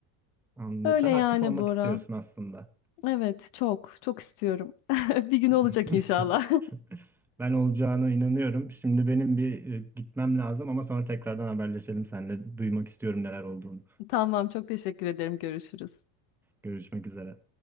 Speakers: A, in the centre; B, on the left.
A: Anladım.
B: Öyle
A: Sen
B: yani
A: aktif olmak
B: Bora.
A: istiyorsun aslında.
B: Evet çok çok istiyorum. <laughs> Bir gün olacak
A: <laughs>
B: inşallah.
A: Ben olacağına inanıyorum. Şimdi benim bir e, gitmem lazım ama sonra tekrardan haberleşelim seninle. Duymak istiyorum neler olduğunu.
B: <laughs> Tamam çok teşekkür ederim. Görüşürüz.
A: Görüşmek üzere.